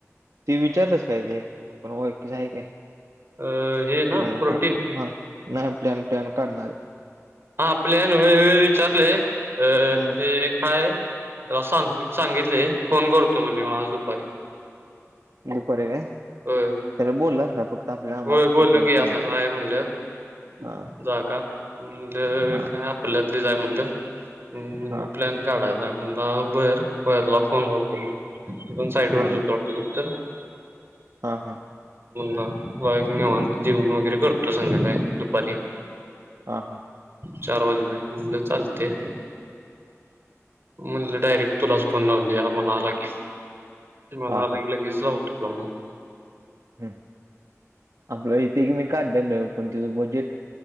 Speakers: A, on the right; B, on the right.
A: ते विचारलंस काय ते पण हो एकच आहे काय?
B: अं, हे ना
A: प्लॅन
B: प्रोटीन?
A: काढणार हा नाही प्लॅन प्लॅन काढणार.
B: हा प्लॅन व्हय व्हय विचारलय
A: हम्म
B: ते काय त्याला सांग सांगितले, फोन करतो म्हणले मला दुपारी.
A: दुपारी काय
B: व्हय.
A: त्याला बोललास का फक्त आपल्याला आम्हाला
B: व्हय
A: फक्त
B: बोललो
A: प्लॅन
B: की, असं
A: पाहिजे म्हणून
B: असं हाय म्हणलं
A: हा
B: जा का. म्हणलं
A: हा
B: काय ते जाय म्हणलं. म्हणून म्हणलं
A: हा
B: प्लॅन काडायचा. म्हणलं, आओ बरं. घरला फोन करतो मग. मी पण साईटवरच
A: हा
B: होतो वाटतो कुठ तर ना
A: हा हा.
B: धा बा एक निवांत जेवन वगरे करतो संध्याकाळी दुपारी.
A: हा हा.
B: चार वाजेपर्यंत म्हणलं चालतय. म्हणलं डायरेक्ट तुलाच फोन लावून देऊ आम्हाला आला की. मला
A: हा
B: आला की लगेच लावतो. सोम
A: हं. आपलं इथे की मी काढ लेल. पण त्याचं बजेट